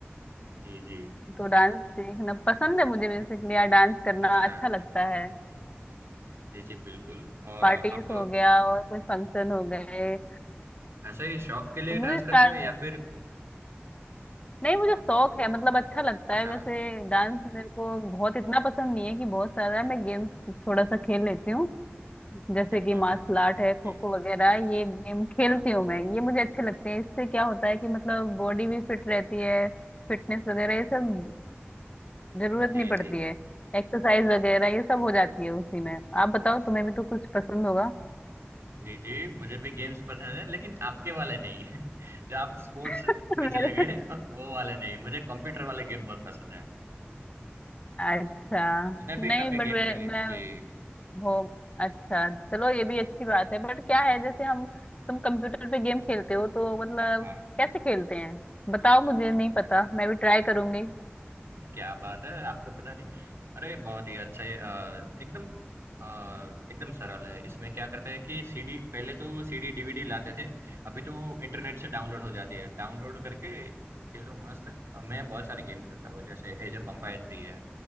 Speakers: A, on the right (about 85°); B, on the left (about 30°).
A: जी जी
B: तो डांस सीखना पसंद है मुझे बेसिकली यार डांस करना
A: अच्छा
B: अच्छा लगता है
A: जी जी बिल्कुल और
B: पार्टीज
A: आप
B: हो गया और कुछ फंक्शन हो गए
A: ऐसे ही शौक के लिए
B: तो मुझे
A: डांस
B: स्टार
A: करते हो या फिर
B: नहीं मुझे शौक है मतलब अच्छा लगता
A: अच्छा
B: है वैसे डांस
A: जी
B: मेरे
A: जी
B: को बहुत इतना पसंद नहीं है कि बहुत सारा है मैं गेम्स थोड़ा सा खेल लेती हूँ जैसे
A: क्या
B: कि
A: बात
B: मार्शल
A: है
B: आर्ट है खो
A: जी
B: खो वगैरह ये गेम खेलती हूँ मैं ये मुझे अच्छे लगते हैं इससे क्या होता है कि मतलब बॉडी भी फिट रहती है फिटनेस वगैरह ये सब जरूरत
A: जी
B: नहीं पड़ती
A: जी
B: है एक्सरसाइज वगैरह ये सब हो जाती है उसी में आप बताओ तुम्हें भी तो कुछ पसंद होगा
A: जी जी मुझे भी गेम्स पसंद है लेकिन आपके वाले नहीं <laughs> जो आप स्पोर्ट्स
B: <laughs> मेरे
A: में चले गए वो वाले नहीं मुझे कंप्यूटर वाले गेम बहुत पसंद है
B: अच्छा
A: मैंने
B: नहीं
A: भी काफी
B: बट
A: गेम खेले
B: मैं
A: जी
B: हो अच्छा चलो ये भी अच्छी बात है बट क्या है जैसे हम तुम कंप्यूटर पे गेम खेलते हो तो मतलब
A: हाँ
B: कैसे खेलते हैं बताओ मुझे नहीं पता मैं भी ट्राई करूंगी
A: क्या बात है आपको पता नहीं अरे बहुत ही अच्छा है अ, एकदम अ, एकदम सरल है इसमें क्या करते हैं कि सीडी पहले तो सीडी डीवीडी लाते थे अभी तो इंटरनेट से डाउनलोड हो जाती है डाउनलोड करके खेलो मस्त मैं बहुत सारे गेम खेलता हूँ जैसे एज ऑफ एम्पायर थ्री है